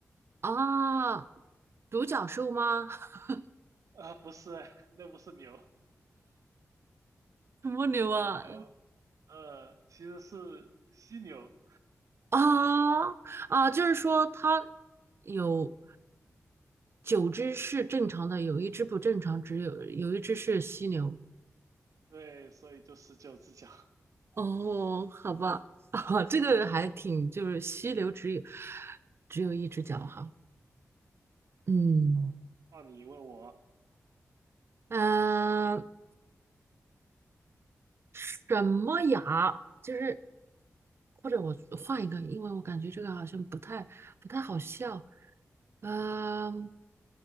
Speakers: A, on the right (about 50°); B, on the right (about 75°).
A: 啊，独角兽吗？<laughs>
B: 啊、不是哎，<laughs> 那不是牛，
A: 什么牛啊？
B: 有什么牛？呃，其实是犀牛。
A: 啊啊，就是说它有九只是正常的，有一只不正常，只有有一只是犀牛。
B: 对，所以就十九只脚。
A: 哦，好吧，<laughs> 啊，这个还挺，就是犀牛只有只有一只脚哈。嗯，
B: 好 <laughs>，到你问我，
A: 呃，什么牙？就是或者我换一个，因为我感觉这个好像不太不太好笑。嗯、